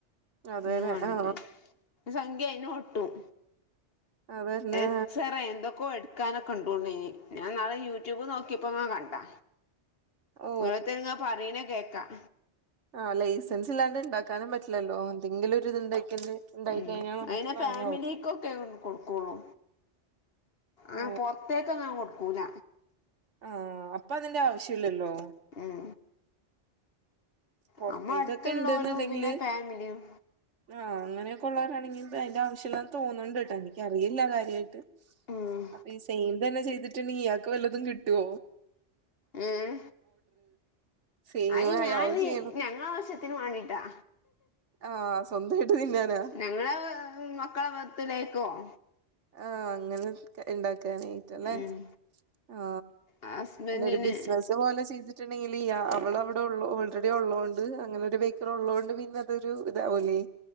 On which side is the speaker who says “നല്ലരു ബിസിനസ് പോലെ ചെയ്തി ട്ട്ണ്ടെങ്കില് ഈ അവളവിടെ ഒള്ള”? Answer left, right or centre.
Right